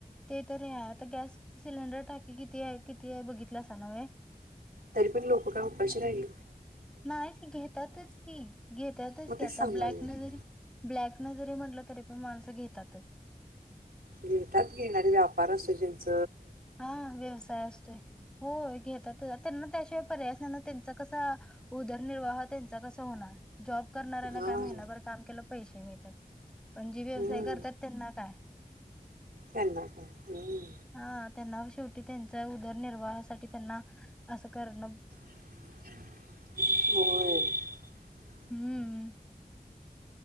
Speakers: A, in the centre; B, on the right (about 80°).
A: ते तर आहे आता गॅस सिलेंडर टाकी किती आहे किती आहे बघितलं अस नव्हे
B: तरी पण लोक काय उपाशी राहिली.
A: नाहीत घेतातच की घेतात की आताक घेतातच की घेतातच
B: मग
A: की
B: तेच
A: आता
B: सांगायला
A: ब्लॅक
B: लागले.
A: न जरी ब्लॅक न जरी म्हटलं तरी पण माणसं घेतातच
B: घेतात घेणारे व्यापार असो ज्यांचा
A: हा व्यवसाय असतोय हो घेतात त्यां ना त्याशिवाय पर्याय नाही त्यांचा कसा उदरनिर्वाह त्यांचा कसा होणार जॉब करणाऱ्यांना
B: हां
A: काय महिनाभर काम केलं पैसे मिळतात <inaudible> पण जे व्यवसाय
B: हम्म.
A: करतात त्यांना काय
B: त्यांना काय हम्म.
A: हा शेवटी त्यां उदरनिर्वाहासाठी त्यांना असं करण
B: होय
A: हम्म